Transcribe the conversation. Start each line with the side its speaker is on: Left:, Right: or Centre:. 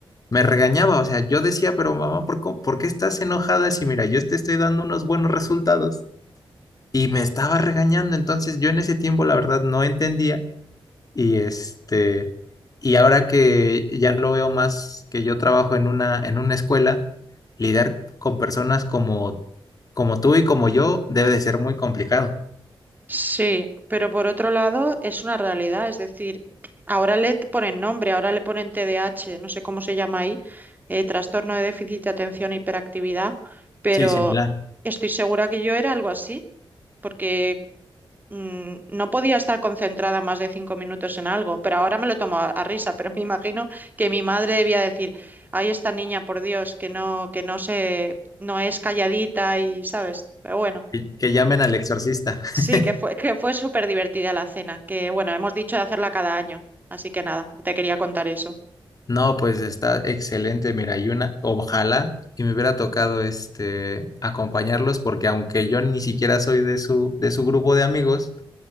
Left: me regañaba, o sea, yo decía, pero mamá, ¿por, co- por qué estás enojada si mira, yo te estoy dando unos buenos resultados? Y me estaba regañando, entonces yo en ese tiempo la verdad no entendía y este, y ahora que ya lo veo más que yo trabajo en una, en una escuela, lidiar con personas como, como tú y como yo debe de ser muy complicado.
Right: Sí, pero por otro lado es una realidad, es decir, ahora le t- ponen nombre, ahora le ponen TDAH, no sé cómo se llama ahí, eh, trastorno de déficit de atención e hiperactividad, pero
Left: Sí, similar.
Right: estoy segura que yo era algo así, porque mm, no podía estar concentrada más de cinco minutos en algo, pero ahora me lo tomo a, a risa, <laughs> pero me imagino que mi madre debía decir, ay, esta niña, por Dios, que no, que no se, no es calladita y, ¿sabes? Pero bueno.
Left: Que que llamen al exorcista.
Right: Sí,
Left: <laughs>
Right: que fue, que fue súper divertida la cena, que bueno, hemos dicho de hacerla cada año, así que nada, te quería contar eso.
Left: No, pues está excelente, mira, y una, ojalá y me hubiera tocado este acompañarlos, porque aunque yo ni siquiera soy de su, de su grupo de amigos,